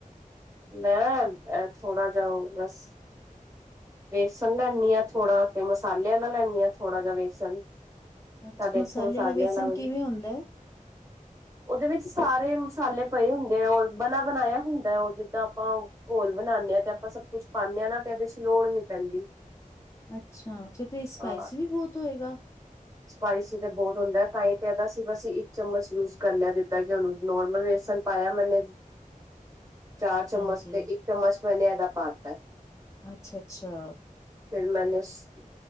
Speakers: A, on the right; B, on the left.
A: ਮੈ ਐ ਥੋੜਾ ਜਾਂ ਓ ਬਸ ਵੇਸਣ ਲੈਨੀ ਆ ਥੋੜਾ ਤੇ ਮਸਾਲੇ ਆਲਾ ਲੈਨੀ ਆ ਥੋੜਾ ਜਾ ਵੇਸਣ
B: ਅੱਛਾ
A: ਸਾਡੇ ਐਥੇ ਮਸਾਲੇ
B: ਵਾਲਾ ਵੇਸਣ
A: ਆਲਾ ਵੀ।
B: ਕਿਵੇਂ ਹੁੰਦਾ ਹੈ?
A: ਉਦੇ ਵਿੱਚ ਸਾਰੇ ਮਸਾਲੇ ਪਏ ਹੁੰਦੇ ਆ ਔਰ ਬਣਾ ਬਣਾਇਆ ਹੁੰਦਾ ਐ ਓ ਜਿੱਦਾਂ ਆਪਾਂ ਘੋਲ ਬਣਾਣੇ ਆ ਤੇ ਆਪਾਂ ਸਭ ਕੁਛ ਪਾਨੇ ਆ ਨਾ ਤੇ ਏਦੇ 'ਚ ਲੋੜ ਨੀ ਪੈਂਦੀ।
B: ਅੱਛਾ ਫੇਰ ਤੇ ਏ ਸਪਾਈਸੀ
A: ਹਾਂ
B: ਵੀ ਬੋਤ ਹੋਏਗਾ।
A: ਸਪਾਈਸੀ ਤੇ ਬੋਤ ਹੁੰਦਾ ਐ ਤਾਂ ਈ ਤੇ ਏਦਾ ਅਸੀਂ ਬਸ ਇੱਕ ਚਮਚ ਯੂਜ ਕਰ ਨਾ ਦਿੱਤਾ ਕਿ ਹੁਣ ਨੋਰਮਲ ਵੇਸਣ ਪਾਇਆ ਮੈਂਨੇ, ਚਾਰ ਚਮਚ
B: ਹਾਂਜੀ
A: ਤੇ ਇੱਕ ਚਮਚ ਮੈਂਨੇ ਐਦਾ ਪਾਤੈ।
B: ਅੱਛਾ-ਅੱਛਾ।
A: ਫੇਰ ਮੈਂਨੇ ਸ,